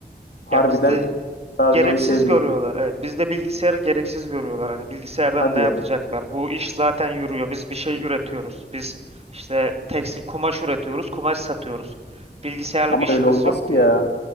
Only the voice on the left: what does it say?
harbiden
harcamayı
sevmiyor.
Hadi
ya.
Ama
öyle olmaz
ki
ya.